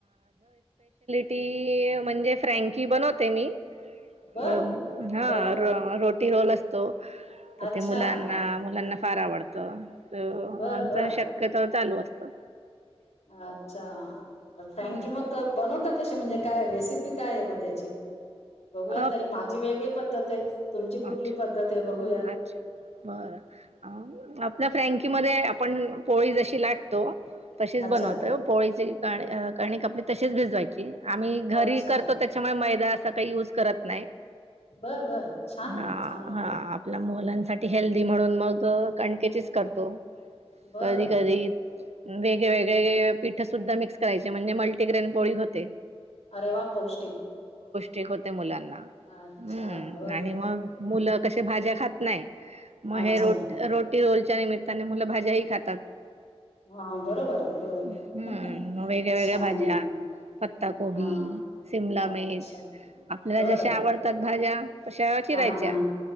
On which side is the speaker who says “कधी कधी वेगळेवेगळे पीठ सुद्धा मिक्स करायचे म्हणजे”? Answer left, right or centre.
Right